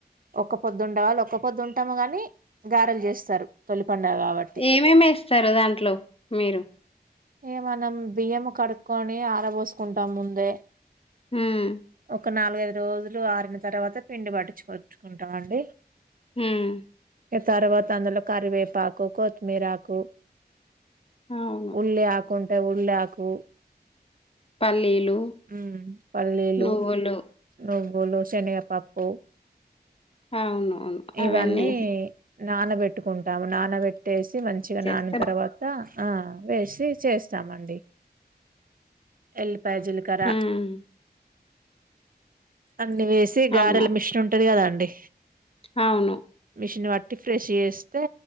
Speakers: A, on the right; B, on the left.
A: ఒక్క పొద్ధుండేవాళ్ళు ఒక్క పొద్దుంటము గాని గారెలు చేస్తారు తొలి పండగ గాబట్టి.
B: ఏమేమేస్తరు దాంట్లో మీరు
A: ఏ మనం బియ్యం కడుకొని ఆరబోసుకుంటాం ముందే
B: ఉమ్
A: ఒక నాలుగైదురోజులు ఇల్లు ఆరిన తర్వాత పిండి పట్టిచ్చుకొచ్చుకుంటాం అండి
B: ఉమ్
A: తర్వాత అందులో కరివేపాకు కోత్తిమీరాకు
B: అవును
A: ఉల్లి ఆకుంటే ఉల్లాకు
B: పల్లీలు
A: ఉమ్ పల్లీలు
B: నువ్వులు
A: నువ్వులు శనగపప్పు
B: అవునవును
A: ఇవన్నీ
B: అవన్నీ ఏసి
A: నానబెట్టుకుంటాము నానబెట్టేసి మంచిగా
B: చేస్తే
A: నానిన్తర్వాత
B: బా-
A: ఆ వేసి చేస్తామండి ఎల్ పై జీలకర్ర
B: ఉమ్
A: అన్ని వేసి గారెల
B: అవునా!
A: మిషన్ ఉంటది కదా అండి
B: అవును
A: మిషన్ బట్టి ఫ్రెష్ చేస్తే